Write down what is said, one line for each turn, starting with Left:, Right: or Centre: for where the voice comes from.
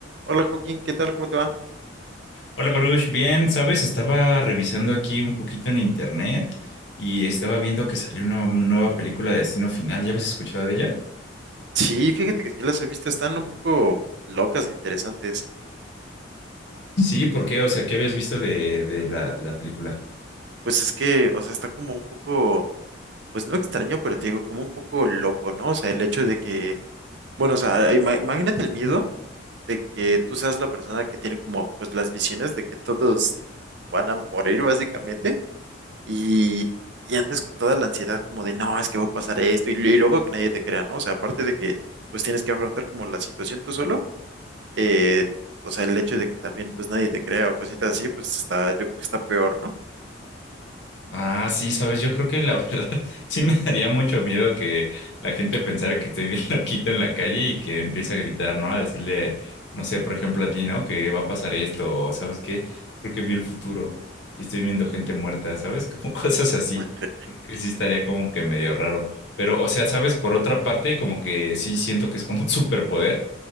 Right: Hola Joaquín, ¿qué tal? ¿Cómo te va?
Left: Hola Baruch, bien, sabes, estaba revisando aquí un poquito en internet y estaba viendo que salió una nueva película de Destino Final. ¿Ya habías escuchado de ella?
Right: Sí, fíjate que sí las he visto, están un poco locas e interesantes.
Left: Sí, ¿por qué? O sea, ¿qué habías visto de, de la, de la película?
Right: Pues es que, o sea, está como un poco, pues no extraño, pero te digo, como un poco loco, ¿no? O sea, el hecho de que, bueno, o sea, ima- imagínate el miedo de que tú seas la persona que tiene como, pues las visiones de que todos van a morir básicamente y, y andes con toda la ansiedad como de, no, es que va a pasar esto y, y luego que nadie te crea, ¿no? O sea, aparte de que, pues tienes que afrontar como la situación tú solo. eh, o sea, el hecho de que también pues nadie te crea o cositas así, pues está, yo creo que está peor, ¿no?
Left: Ah, sí, sabes, yo creo que la verdad <laughs> sí me daría mucho miedo que la gente pensara que estoy bien <laughs> loquito en la calle y que empiece a gritar, ¿no? A decirle, no sé, por ejemplo a ti, ¿no? Que va a pasar esto, o ¿sabes qué? Creo que vi el futuro y estoy viendo gente muerta, ¿sabes? Como <laughs> cosas así.
Right: Ay,
Left: Creo que sí estaría como que medio raro. Pero, o sea, ¿sabes? Por otra parte, como que sí siento que es como <laughs> un superpoder.